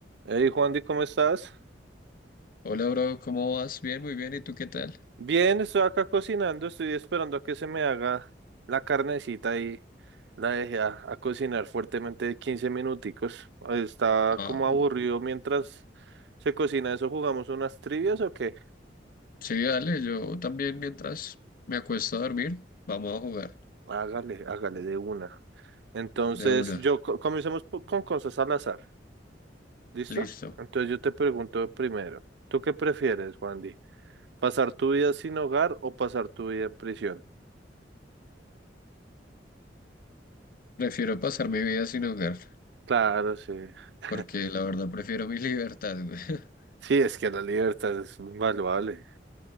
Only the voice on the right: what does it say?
Hey Juan, ¿cómo estás?
Bien, estoy acá cocinando, estoy esperando a que se me haga la carnecita y la dejé a, a cocinar fuertemente 15 minuticos. Está
como aburrido mientras se cocina eso, ¿jugamos unas trivias o qué?
Hágale, hágale de una. Entonces,
yo co- comencemos po- con cosas al azar, ¿listo?
Entonces yo te pregunto primero, ¿tú qué prefieres, Juan? ¿Pasar tu vida sin hogar o pasar tu vida en prisión?
Claro, sí. <laughs>
Sí, es que la libertad es invaluable.